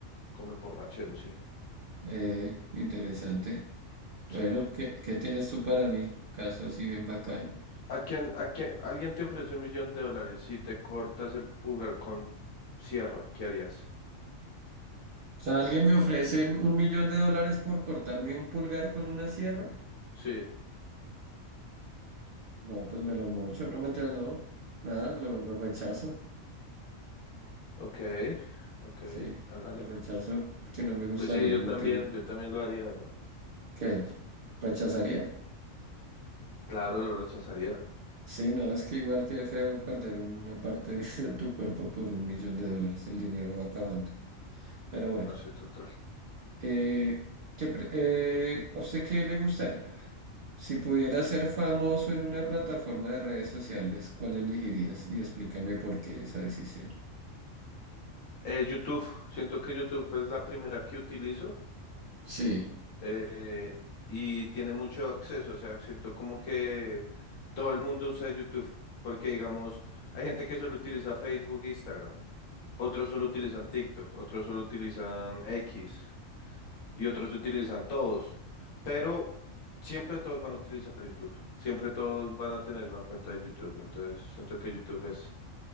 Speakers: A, on the left (about 75°); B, on the right (about 55°).
A: como el borrachero, sí,
B: Eh, interesante.
A: sí.
B: Bueno, ¿qué, qué tienes tú para mí? Un caso así bien bacano.
A: ¿A quién, a quién- alguien te ofrece un millón de dólares si te cortas el pulgar con sierra? ¿Qué harías?
B: O sea, ¿alguien me ofrece un millón de dólares por cortarme un pulgar con una sierra?
A: Sí,
B: No, pues me lo mocho. No, mentiras, no. Nada, lo, lo rechazo.
A: ok, ok,
B: Sí,
A: hágale.
B: lo rechazo porque no me gustaría
A: Pues sí, yo
B: mutilar.
A: también, yo también lo haría. güey.
B: ¿Qué? ¿Rechazaría?
A: Claro, lo rechazaría.
B: Sí, no, es que igual que feo perder una parte <laughs> de tu cuerpo por un millón de dólares. El dinero va acabando. Pero bueno.
A: No, sí, total.
B: Eh, ¿qué pre- eh, ¿a usted qué le gustaría? Si pudiera ser famoso en una plataforma de redes sociales, ¿cuál elegirías? Y explícame por qué esa decisión.
A: Eh, YouTube, siento que YouTube es la primera que utilizo
B: Sí,
A: eh, y tiene mucho acceso, o sea, siento como que todo el mundo usa YouTube, porque digamos, hay gente que solo utiliza Facebook e Instagram. Otros solo utilizan TikTok, otros solo utilizan X y otros utilizan todos. Pero siempre todos van a utilizar YouTube. Siempre todos van a tener una cuenta de YouTube. Entonces siento que YouTube es,